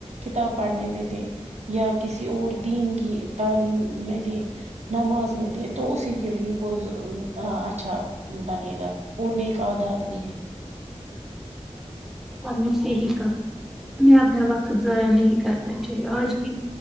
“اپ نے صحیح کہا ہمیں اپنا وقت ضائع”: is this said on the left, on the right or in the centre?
Centre